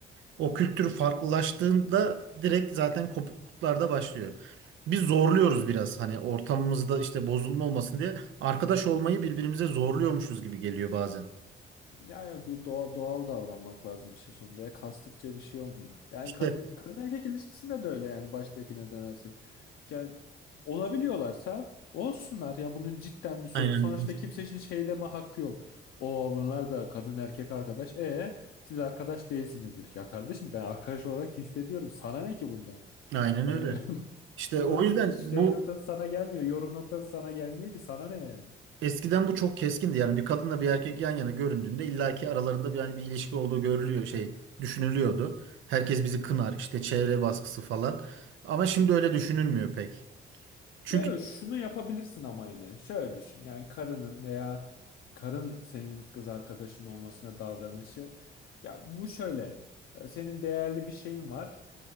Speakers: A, on the right (about 75°); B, on the left (about 80°).
A: O kültür farklılaştığında direkt zaten kopukluklar da başlıyor. Biz zorluyoruz biraz hani ortamımızda işte bozulma olmasın diye arkadaş olmayı birbirimize zorluyormuşuz gibi geliyor bazen.
B: Ya yok doğal, doğal davranmak lazım işin sonunda. Ya kastıkça bir şey olmuyor. Yani
A: İşte
B: kadın, kadın erkek ilişkisinde de öyle yani baştakine dönersek. Yani olabiliyorlarsa olsunlar. Ya bunun cidden bir soru.
A: aynen.
B: Sonuçta kimsenin şey deme hakkı yok. O bunlar da kadın erkek arkadaş. E siz arkadaş değilsinizdir. Ya kardeşim ben arkadaş olarak hissediyorum. Sana ne ki bundan?
A: Aynen
B: Yani
A: öyle.
B: <laughs>
A: İşte
B: bunun
A: o yüzden
B: şey
A: bu
B: noktası sana gelmiyor. Yorum noktası sana gelmiyor ki sana ne yani?
A: eskiden bu çok keskindi. Yani bir kadınla bir erkek yan yana göründüğünde illaki aralarında bir yani bir ilişki olduğu görülüyor şey düşünülüyordu. Herkes bizi kınar işte çevre baskısı falan. Ama şimdi öyle düşünülmüyor pek. Çünkü
B: Ya yok şunu yapabilirsin ama yine. Şöyle düşün. Yani karının veya karın senin kız arkadaşın olmasına davranışı. Ya bu şöyle. e, Senin değerli bir şeyin var.